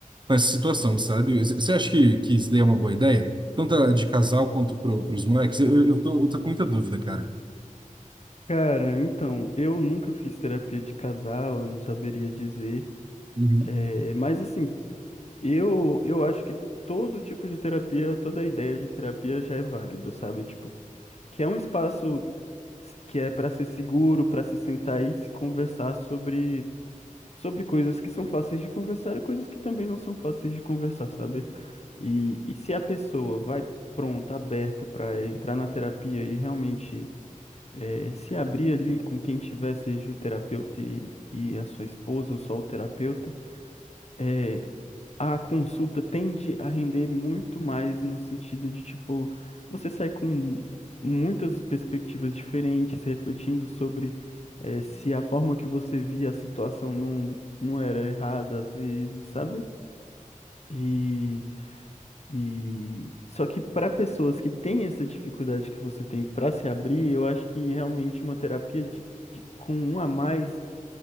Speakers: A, on the right; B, on the left.
A: com essa situação, sabe? C- Você acha que, que isso daí é uma boa ideia? Tanto a de casal quanto para os moleques? Eu, eu, eu tô, eu tô com muita dúvida, cara.
B: Cara, então, eu nunca fiz terapia de casal, eu não saberia dizer.
A: Uhum.
B: É, mas assim, Eu, eu acho que todo tipo de terapia, toda ideia de terapia já é válida, sabe? Tipo, que é um espaço s- que é para ser seguro, para se sentar e se conversar sobre, sobre coisas que são fáceis de conversar e coisas que também não são fáceis de conversar, sabe? E, e se a pessoa vai pronta, aberta para entrar na terapia e realmente eh, se abrir ali com quem tiver, seja o terapeuta e, e a sua esposa ou só o terapeuta. eh, a consulta tende a render muito mais no sentido de, tipo, você sai com muitas perspectivas diferentes, refletindo sobre eh, se a forma que você via a situação não, não era errada às vezes, sabe? E, e só que para pessoas que têm essa dificuldade que você tem para se abrir, eu acho que realmente uma terapia de, de- com um a mais